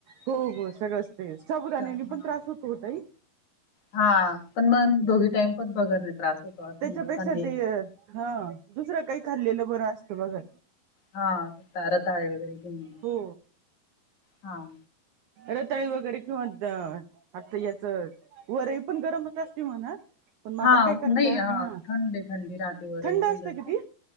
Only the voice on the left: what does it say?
हां,
हां पण मग
दोघी टाइम पण भगर त्रास होतो
थंडीत.
हां रताळे वगैरे घेऊन
हां.
हां
नाही हां
थंडी थंडी राहते वरी
पण जास्त.